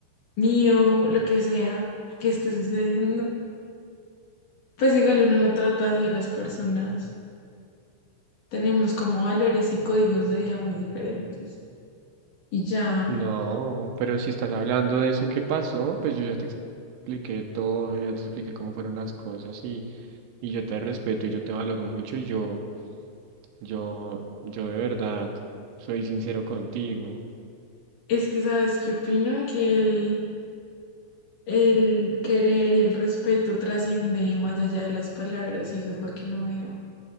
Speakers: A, on the left (about 65°); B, on the right (about 80°).
A: mío, lo que sea que esté sucediendo, pues igual uno no trata así a las personas. tenemos como valores y códigos de vida muy diferentes. Y ya,
B: no, pero si estás hablando de eso que pasó, pues yo ya te expliqué todo, yo ya te expliqué cómo fueron las cosas y, y yo te respeto y yo te valoro mucho y yo, yo, yo de verdad soy sincero contigo.
A: es que sabes qué opino, que el, el querer y el respeto trasciende más allá de las palabras y eso es lo que no veo.